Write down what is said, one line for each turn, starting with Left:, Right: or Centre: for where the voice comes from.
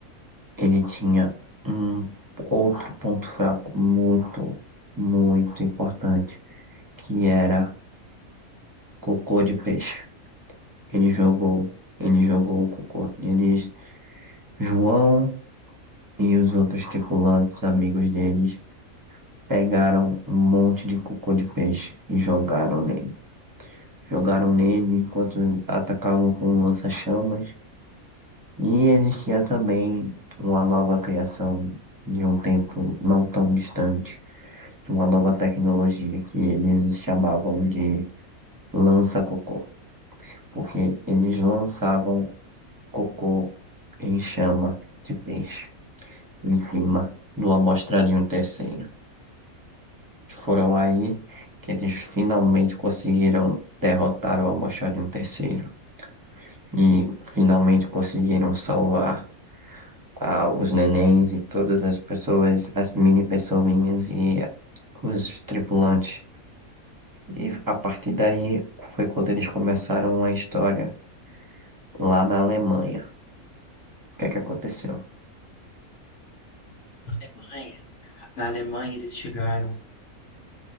Right: ele tinha um outro ponto fraco muito, muito importante, que era cocô de peixe. Ele jogou, ele jogou o cocô. Eles, João e os outros tripulantes, amigos deles Pegaram um monte de cocô de peixe e jogaram nele. Jogaram nele enquanto atacavam com lança-chamas. E existia também uma nova criação de um tempo não tão distante, de uma nova tecnologia que eles chamavam de lança-cocô, porque eles lançavam cocô em chama de peixe em cima do amostrar de um terceiro. Foram aí que eles finalmente conseguiram derrotar o Amoxarion terceiro e finalmente conseguiram salvar ah, os nenéns e todas as pessoas, as mini pessoinhas e os tripulantes. E a partir daí foi quando eles começaram a história lá na Alemanha. O que é que aconteceu?
Left: Alemanha. Na Alemanha eles chegaram.